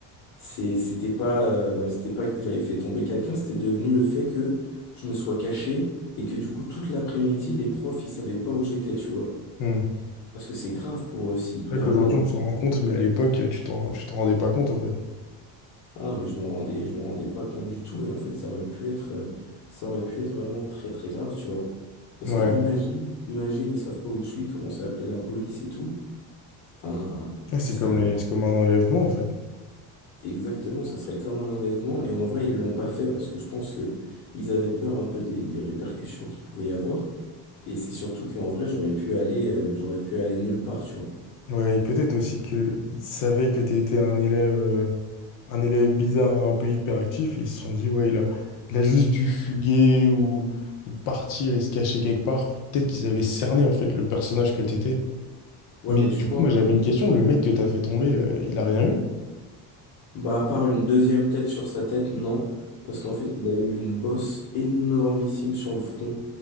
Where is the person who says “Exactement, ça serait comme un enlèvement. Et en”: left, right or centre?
Left